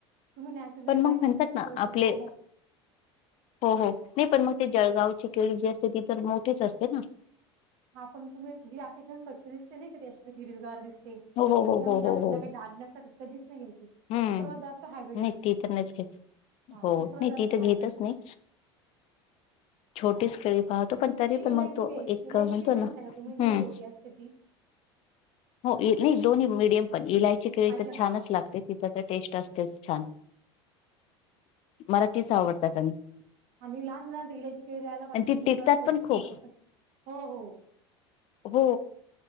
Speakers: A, on the right (about 65°); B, on the left (about 45°).
A: तुम्ही नॅचरलला
B: पण मग
A: ब्लॅक
B: म्हणतात
A: असता तर
B: ना
A: थोडसा
B: आपले
A: ब्लॅक अस.
B: हो हो, नाही पण मग ते जळगावची केळी जी असते, ती तर मोठीेच असते ना.
A: हा पण तुम्ही जी असे एकदण स्वच्छ दिसते ना नाही कधी अशी गिरजगार दिसते.
B: हो, हो, हो,
A: अदम
B: हो,
A: म्ह्याला
B: हो, हो.
A: काही डाग नसतात कधीच नाही घेऊचीक
B: हं.
A: त सर्वात जास्त हायब्र्रीड
B: नाही
A: असत
B: ती तर नाहीच घेत.
A: ह
B: हो,
A: तीसर्व
B: नाही
A: जास्त
B: ती तर घेतच
A: हायब्र्रीड
B: नाही. छोटीच केिळी पाहतो पण, तरी
A: ती
B: पण
A: इलायची
B: मग तो,
A: केळी
B: एक
A: इलायची
B: म्हणतो
A: केळी
B: ना
A: म्हणता का तुम्ही एकदम
B: हम्.
A: छोटी असते ती
B: हो नाही दोन्ही मिीडियम पण इलायची केळी
A: अच्छा
B: तर छानच
A: हा
B: लागते. टेस्ट असते छान मला तीच आवडतात.
A: आणिम्ही लहान मुलांना दिलायची खळ द्यायला पाहिजे
B: आणि ती
A: की
B: टिकतात
A: सत पौष्टिक
B: पण खूप
A: मुलांसाठी हो.
B: हो